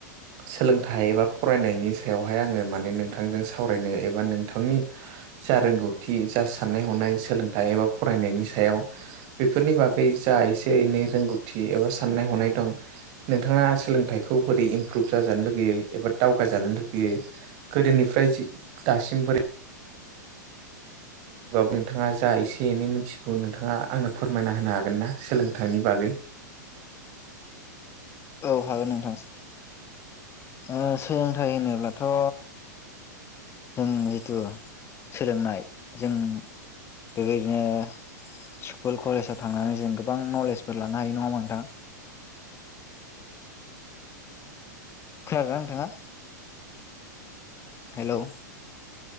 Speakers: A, on the right; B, on the left.
A: सोलोंथाइ एबा फरायनायनि सायावहाय आङो माने नोंथांजों सावरायनो एबा नोंथांनि जा रोंगौथि जा साननाय हनाय सोलोंथाइ एबा फरायनायनि सायाव बेफोरनि बागै जा एसे एनै रोंगौथि एबा साननाय हनाय दं। नोंथाङा सोलोंथाइखौ बोरै इमप्रुभ जाजानो लुुबैयो एबा दावगाजानो लुुबैयो? गोदोनिफ्राय जि दासिम बोरै? जबो नोंथाङा जा एसे एनै मिथिगौ नोंथाङा आंनो फोरमायना होनो हागोन ना सोलोंथाइनि बागै?
B: औ हागोन नोंथां ओ सोलोंथाइ होनोब्ला थ' जों जिथु सोलोंनाय जों बेबायदिनो स्कुल कलेजाव थांनानै जों गोबां नलेजफोर लानो हायो नङा नोंथां? खोनादोंना नोंथाङा? हेल'।